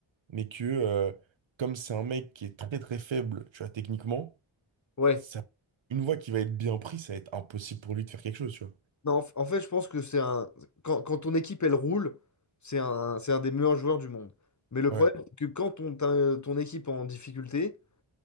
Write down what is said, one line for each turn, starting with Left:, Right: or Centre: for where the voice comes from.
Right: mais que euh, comme c'est un mec qui est très très faible, tu vois, techniquement,
Left: ouais.
Right: ça, une fois qu'il va être bien pris, ça va être impossible pour lui de faire quelque chose, tu vois.
Left: Non, en f- en fait, je pense que c'est un. Quand, quand ton équipe, elle roule, c'est un, c'est un des meilleurs joueurs du monde. Mais le
Right: Ouais.
Left: problème, c'est que quand ton, ta- ton équipe est en difficulté,